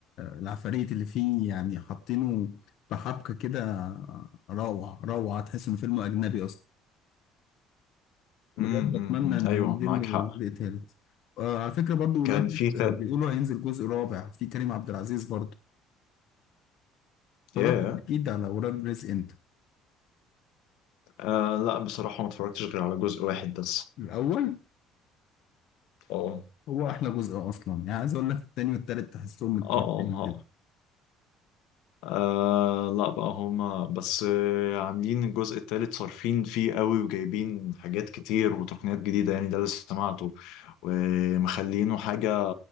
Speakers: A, on the left (about 60°); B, on the left (about 80°).
A: العفاريت اللي فيه يعني حاطينه بحبكة كده روعة روعة تحس ان فيلم اجنبي اصلا بجد
B: امم
A: اتمنى
B: أمم، أمم،
A: انه
B: أيوه
A: ينزل
B: معاك
A: له
B: حق
A: جزء تالت آه على فكره برضو
B: كان
A: ولاد
B: في خد
A: آه بيقولوا هينزل جزء رابع في كريم عبد العزيز برضو
B: ياه
A: اتفرجت اكيد على ولاد رزق انت
B: آه لا بصراحة ما اتفرجتش غير على جزء واحد بس
A: الاول
B: اه
A: هو احلى جزء اصلا يعني عايز اقول لك التاني والتالت تحسهم متكررين
B: اه اه آه،
A: كده
B: آه، لا بقى هما بس آه، عاملين الجزء التالت صارفين فيه قوي وجايبين حاجات كتير وتقنيات جديدة يعني ده اللي سمعته ومخلينه حاجة